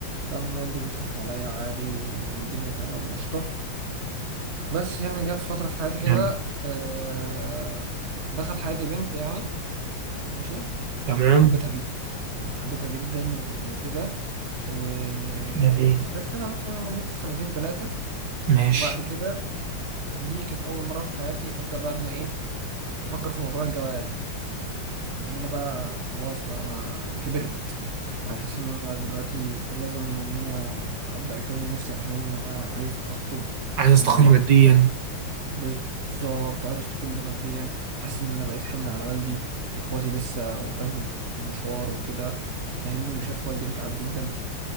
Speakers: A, on the right (about 35°); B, on the right (about 60°).
A: تمام والدي بيصرف عليا عادي والدنيا تمام وقشطه بس يعني جت فتره في حياتي كده
B: حلو
A: آه، دخل حياتي بنت يعني ماشي
B: تمام
A: حبيتها جدا حبيتها جدا وكده وعرفتها
B: جميل
A: مثلا لمده سنتين ثلاثه
B: ماشي
A: وبعد كده دي كانت اول مره في حياتي ابدا بقى ان ايه افكر في موضوع الجواز ان انا بقى خلاص بقى انا كبرت انا حاسس ان انا دلوقتي لازم ان انا ابدا اكون نفسي عشان انا عايز اخطب
B: عايز استقل
A: وبعد ما
B: ماديا
A: اخطب بالظبط عايز استقل ماديا وحاسس ان انا بقيت حمل على والدي واخواتي لسه قدامهم مشوار وكده فاهمني وشاف والدي بيتعب جدا